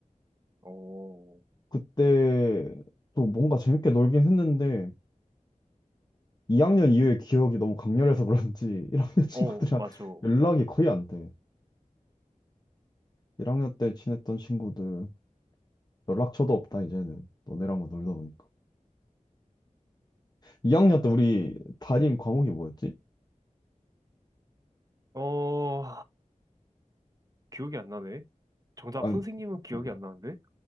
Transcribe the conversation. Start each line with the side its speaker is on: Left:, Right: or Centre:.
Right: 어,
Left: 그때 또 뭔가 재밌게 놀긴 했는데 2학년 이후의 기억이 너무 강렬해서 그런지 <laughs> 1학년 친구들이랑
Right: 어, 맞아.
Left: 연락이 거의 안 돼. 1학년 때 친했던 친구들 연락처도 없다 이제는 너네랑 만 놀다 보니까. 2학년 때 우리 담임 과목이 뭐였지?
Right: 어, 기억이 안 나네. 정작
Left: 아,
Right: 선생님은 기억이
Left: 어,
Right: 안 나는데?